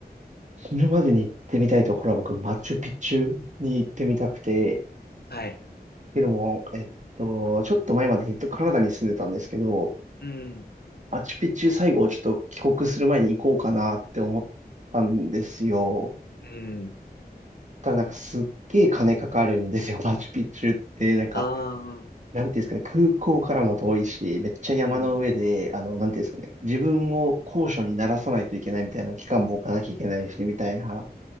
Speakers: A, on the right; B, on the left.
A: 死ぬまでに行ってみたいところは僕、マチュピチュに行ってみたくて、っ
B: はい。
A: ていうのも、えっと、ちょっと前までずっとカナダに住んでたんですけど、
B: うん。
A: マチュピチュ最後ちょっと帰国する前に行こうかなって思ったんですよ。
B: うん。
A: ただなんかすっげえ金かかるんですよ、<laughs> マチュピチュって。なんか、
B: ああ、
A: なんていうんですかね、空港からも遠いし、めっちゃ山の上で、
B: うん。
A: あの、なんていうんですかね、自分を高所に慣らさないといけないみたいな期間も置かなきゃいけないし、みたいな。